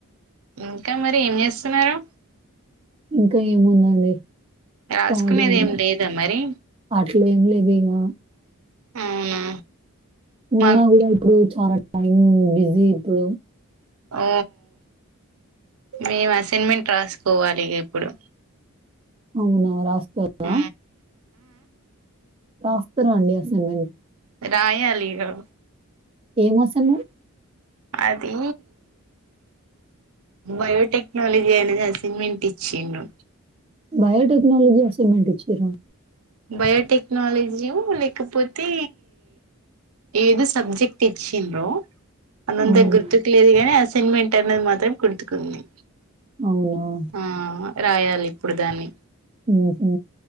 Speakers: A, on the right (about 75°); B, on the right (about 25°).
A: ఇంకా మరి ఏం చేస్తున్నారు
B: ఇంకా ఏముంది అండి
A: రాసుకునేది
B: ఖాళీ ఇగ
A: ఏం లేదా మరి
B: అట్లా ఏం లేవు ఇంగా
A: అవునా
B: ఉన్నా
A: మాకు
B: కూడా ఇప్పుడు చాలా టైం బిజీ ఇప్పుడు
A: ఓ మేము అసైన్మెంట్ రాసుకోవాలి ఇగ ఇప్పుడు
B: అవునా రాస్తురా
A: ఆ
B: రాస్తున్న అండి అసైన్మెంట్
A: రాయాలిగా
B: ఏ మాసము
A: అది బయోటెక్నాలజీ అనేది అసైన్మెంట్ ఇచ్చిండు
B: బయోటెక్నాలజీ అసైన్మెంట్ ఇచ్చిరా
A: బయోటెక్నాలజీయు లేకపోతే ఏదు సబ్జెక్ట్ ఇచ్చిండ్రో అనంతాయ్
B: అవునా?
A: గుర్తుకు లేదు గాని అసైన్మెంట్ అనేది మాత్రం గుర్తుకుంది
B: అవునా
A: ఆ రాయాలి ఇప్పుడు దాన్ని
B: ఉఫు